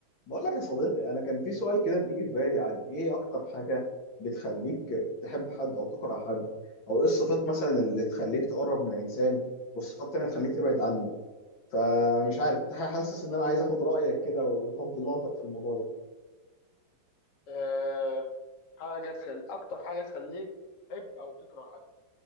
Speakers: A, on the left; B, on the left.
A: بقول لك يا صديقي انا كان في سؤال كده بيجي في بالي عن ايه اكتر حاجه بتخليك تحب حد او تكره حد او ايه الصفات مثلا اللي تخليك تقرب من انسان والصفات التانيه تخليك
B: مم.
A: تبعد عنه فمش
B: ايوه
A: عارف كنت حاسس ان انا عايز اخد رايك كده وتفضيلاتك في الموضوع ده
B: أه حاجه تخلي اكتر حاجه تخليك تحب او تكره حد